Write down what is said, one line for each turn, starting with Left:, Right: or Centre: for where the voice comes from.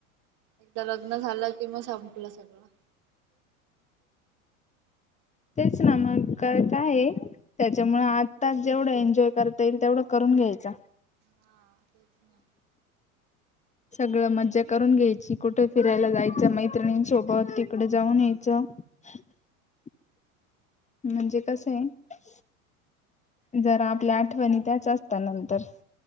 Right: एकदा लग्न झालं कि म संपलं सगळं
Left: तेच ना मग का काय त्याच्यामुळे आत्ताच जेवढं एन्जॉय करता येईल तेवढं कर घ्यायचा
Right: हा तेच नाही
Left: सगळं मजा करून घ्यायची कुठे फिरायला जायचं मैत्रिणीं सोभत जाऊन यायचं <inaudible> म्हणजे कस आहे
Right: ना
Left: जरा आप आपल्या आठवणी त्याच असत नंतर